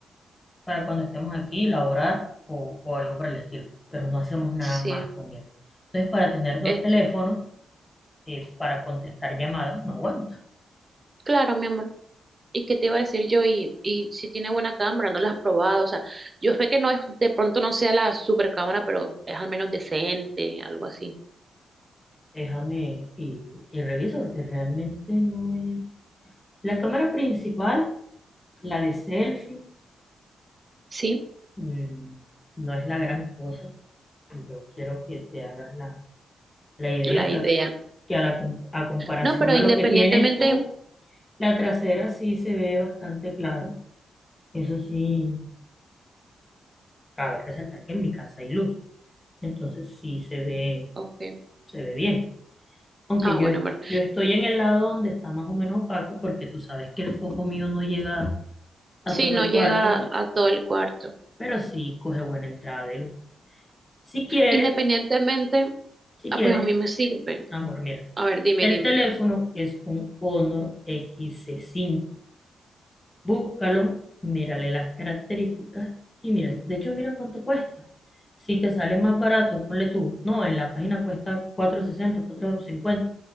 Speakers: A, on the left; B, on the right.
A: para cuando estemos aquí, laborar o, o algo por el estilo. Pero no hacemos nada
B: Sí.
A: más con él. Entonces, para tener dos
B: Es,
A: teléfonos, eh, para contestar llamadas, no aguanta.
B: claro, mi amor. ¿Y qué te iba a decir yo? Y, y si tiene buena cámara, no la has probado. O sea, yo sé que no es, de pronto no sea la super cámara, pero es al menos decente, algo así.
A: Déjame y, y reviso porque realmente no es... La cámara principal, la de selfie,
B: Sí,
A: mm, no es la gran cosa. Yo quiero que te hagas la la idea
B: la idea.
A: que que a la com- a comparación
B: No, pero
A: a
B: independientemente.
A: lo que tienes tú, la trasera sí se ve bastante claro. Eso sí, cabe resaltar que en mi casa hay luz, entonces sí se ve,
B: Ok.
A: se ve bien. Aunque
B: Ah,
A: yo,
B: bueno,
A: est-
B: amor.
A: yo estoy en el lado donde está más o menos opaco, porque tú sabes que el foco mío no llega a
B: Sí,
A: todo
B: no
A: el
B: llega
A: cuarto,
B: a todo el cuarto.
A: pero sí coge buena entrada de luz. Si quieres,
B: Independientemente,
A: si
B: ah,
A: quieres,
B: pues a mí me sirve.
A: amor, mira,
B: A ver, dime,
A: el
B: dime.
A: teléfono es un Honor XC5 Búscalo, mírale las características y mira, de hecho, mira cuánto cuesta. Si te sale más barato, ponle tú, no, en la página cuesta cuatrocientos, sesenta, cuatrocientos cincuenta.